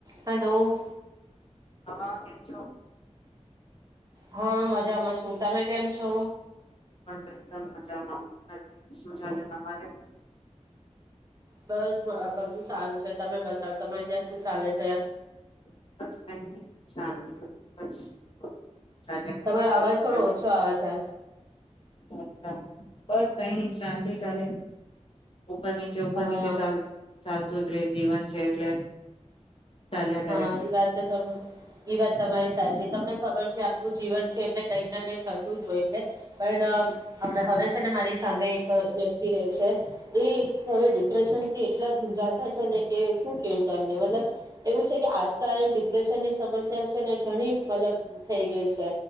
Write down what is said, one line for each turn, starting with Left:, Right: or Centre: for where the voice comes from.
Right: Hello
Left: હા કેમ છો.
Right: હા મજામાં છું તમે કેમ છો
Left: હું પણ એકદમ મજામાં. શું ચાલે તમારે?
Right: બસ બધું સારું છે તમે બતાવ તમારે ત્યાં શું ચાલે છે.
Left: <unintelligible> કરે
Right: તમારો
Left: ઉપર
Right: અવાજ
Left: નીચે.
Right: થોડો ઓછો આવે છે.
Left: અચ્છા, બસ કઈની જ શાંતિ ચાલે. ઉપર નીચે ઉપર
Right: હા
Left: નીચે ચાલ ચાલતું જ રે જીવન છે એટલે. ચાલ્યા
Right: હા,
Left: કરે
Right: એ વાત તો તમે એ વાત તમારી સાચી તમને ખબર છે આપણું જીવન છે એટલે કઈક ને કઈક થતું જ હોય છે પણ હવે છેને મારી સામે એક વ્યક્તિ રહે છે એ હવે ડિપ્રેશનથી એટલા ઝૂઝાતા છેને કે શું કેવું તમને મતલબ એવું છે કે આજકાલ ડિપ્રેશનની સમસ્યા છેને ઘણી મતલબ થઈ ગઈ છે